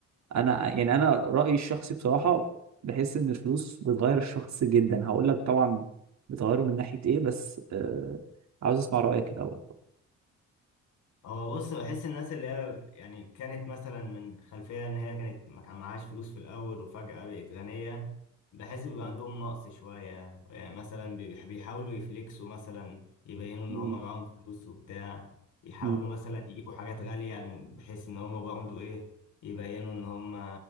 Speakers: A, on the right; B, on the left.
A: انا يعني انا رايي الشخصي بصراحه بحس ان الفلوس بتغير الشخص جدا هقول لك طبعا بتغيره من ناحيه ايه بس آه عاوز اسمع رايك الاول
B: هو بص بحس الناس اللي هي يعني كانت مثلا من خلفية إن هي كانت ما كان معهاش فلوس في الأول وفجأة بقت غنية بحس بيبقى عندهم نقص شوية يعني مثلا بيح- بيحاولوا يفليكسوا مثلا يبينوا إن
A: مم.
B: هما معاهم فلوس وبتاع يحاولوا
A: مم.
B: مثلا يجيبوا حاجات غالية يعني بحيث إن هما برضه إيه يبينوا إن هما